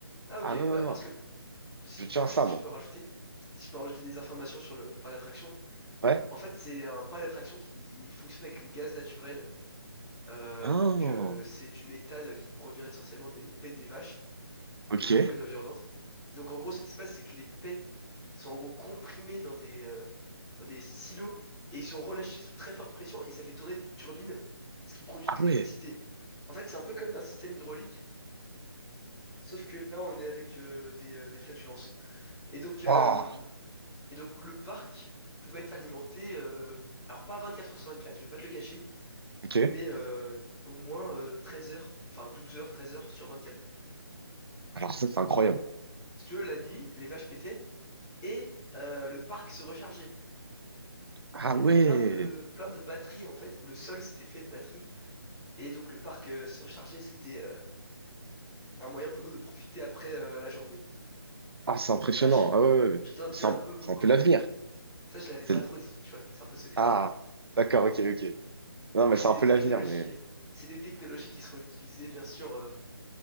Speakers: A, on the left; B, on the right.
A: Ah ok,
B: Ah non,
A: bah
B: non,
A: parce
B: non.
A: que si
B: Je tiens
A: du coup,
B: à ça,
A: si
B: moi.
A: je peux rajouter, si je peux rajouter des informations sur le parc d'attraction
B: Ouais.
A: En fait, c'est un parc d'attractions qui fonctionne avec les gaz naturels. Euh,
B: Ah,
A: donc, euh, c'est du méthane qui provient essentiellement des paies des vaches,
B: ok.
A: des campagnes environnantes. Et donc, en gros, ce qui se passe, c'est que les paies sont en gros comprimés dans des, euh, dans des silos et ils sont relâchés sous très forte pression et ça fait tourner des turbines, ce qui produit
B: Ah
A: de l'électricité.
B: ouais.
A: En fait, c'est un peu comme d'un système hydraulique, sauf que là, on est avec euh, des, euh, des flatulences. Et donc, euh,
B: Waouh.
A: et donc, le parc pouvait être alimenté, euh, alors pas 24 heures sur 24, je vais pas te le cacher,
B: Ok.
A: mais euh, au moins euh, 13 heures, enfin 12 heures, 13 heures sur 24.
B: Alors ça, c'est incroyable.
A: Donc, si tu veux, la nuit, les vaches pétaient et euh, le parc se rechargeait.
B: Ah
A: Il y avait
B: ouais.
A: plein de, plein de batteries en fait. Le sol s'était fait de batteries et donc le parc euh, se rechargeait. C'était euh, un moyen pour nous de profiter après euh, la journée.
B: Ah, c'est impressionnant.
A: Après, je,
B: Ah ouais. ouais, ouais.
A: je t'en dis
B: C'est
A: un
B: un,
A: peu beaucoup,
B: c'est un peu
A: mais
B: l'avenir.
A: ça, je l'avais
B: C'est
A: pas trop dit, tu vois. C'est un peu secret.
B: Ah, d'accord, ok, ok. Non,
A: Oui,
B: mais
A: c'est
B: c'est un
A: des
B: peu
A: technologies,
B: l'avenir, mais...
A: euh, c'est des technologies qui seront utilisées bien sûr euh,